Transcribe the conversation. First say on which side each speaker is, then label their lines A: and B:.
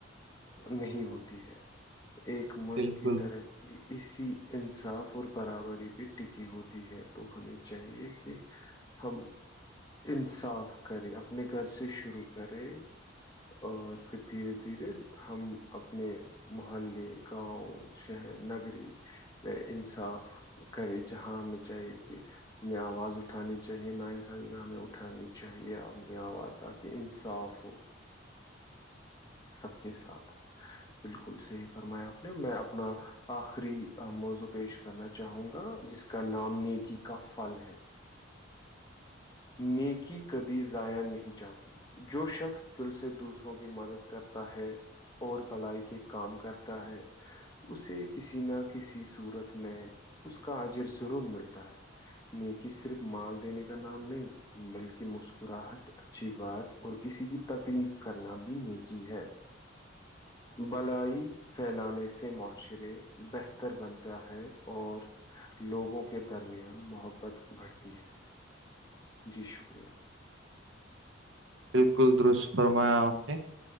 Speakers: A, on the left; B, on the right.
A: نہیں ہوتی ہے ایک ملک
B: بالکل
A: کی طرقی کہ اسی انصاف اور برابری پہ ٹکی ہوتی ہے تو ہمیں چاہیے کہ ہم انصاف کرے اپنے گھر سے شروع کرے اور پھر دھیرے دھیرے ہم اپنے محللے گاؤں شہر نگری میں انصاف کرے جہاں ہمیں چاہیے کہ ہمیں آواز اٹھانی چاہے ن انس ہمیں اٹھانی چاہیےنی آواز تاکہ انصاف ہو سب کے ساتھ
B: <inaudible>
A: بالکل صحی فرمایا آپ نے میں اپنا آخری موزو پیش کرنا چاہوں گا جس کا نام نیکی کا فل ہے نیکی کبھی ضائع نہیں چاہتی جو شخص دل سے دوسروں کی مدد کرتا ہے اور بلائی کے کام کرتا ہے اسے کسی نہ کسی صورت میں اس کا اجر ضرور ملتا ہے نیک صرف مال دینے کا نام نہیں بلکہ مسکراہٹ اچھی بات اور کسی کی تکلیف کرنا بھی ن کی ہے بلائی پھیلانے سے معاشرے بہتر بنتا ہے اور لوگوں کے درمیان محبت بڑھتی ہے جی شکریہ
B: بالکل درست فرمایا آپ نے